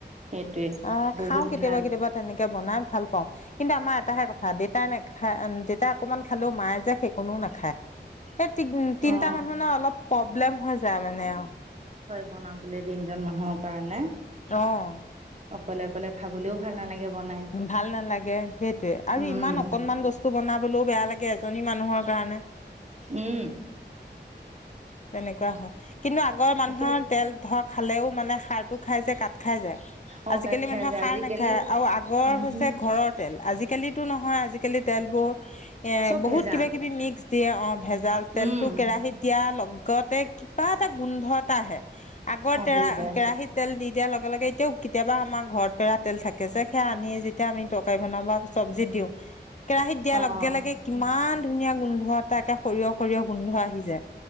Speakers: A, on the right (about 40°); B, on the left (about 40°).
A: সেইটোৱে
B: আহ
A: বহুত
B: খাও কেতিয়াবা
A: ভাল
B: কেতিয়াবা তেনেকে বনাম। ভাল পাওঁ। কিন্তু আমাৰ এটাহে কথা দেতাই নেখা দেতাই অকণমান খালো মায়ে যে সেইকনো নাখ খায়। এই তি তিনিটা
A: অ
B: মানুহ ন অলপ প্ৰব্লেম হৈ যায় মানে অ।
A: বনাম। বোলে তিনিজন মানুহৰ কাৰণে
B: অ অ
A: অকলে অকলে খাবলৈও ভাল নালাগে। বনাই
B: ভাল নালাগে সেইটোৱে আৰু
A: উম
B: ইমান অকনমান বস্তু বনাবলৈও বেয়া লাগ জনী মানুহৰ কাৰণে
A: উম
B: তেনেকুৱা হয়। কিন্তু আগৰ মানুহৰ
A: এতিয়া
B: তেল ধৰক খালেও মানে সাৰটো খাই যে কাট খাই যায়,
A: অ
B: আজিকালি
A: কাত খাই
B: মানুহে
A: যে
B: সাৰ
A: আজিকালি
B: নাখায় আৰু আগৰ
A: উম
B: হৈছে
A: হম
B: ঘৰৰ তেল আজিকালিটো নহয় আজিকালি তেলবোৰ এ
A: চব
B: বহুত
A: ভেজাল।
B: কিবা কিবি মিক্স তিয়ে অ' ভেজাল। তেলটো
A: উম
B: কেৰাহীত তাৰ লগতে কিবা এটা গোন্ধ এটা আহে। আগৰ
A: আহি
B: তেৰা,
A: যায়
B: কেৰাহীত তেল দি দিয়াৰ লগে-লগে সেই তেওঁ, কেতিয়াবা আমাৰ ঘৰত পেৰা তেল থাকে যে, সেইয়া আনি, যেতিয়া আমি তৰকাৰী বনাওঁ বা চব্জীত দিওঁ কেৰাহীত দিয়াৰ
A: অ'।
B: লগে-লগে কিমান ধুনীয়া গোন্ধ এটা, একে সৰিয়হ, সৰিয়হ গোন্ধ আহি যায়।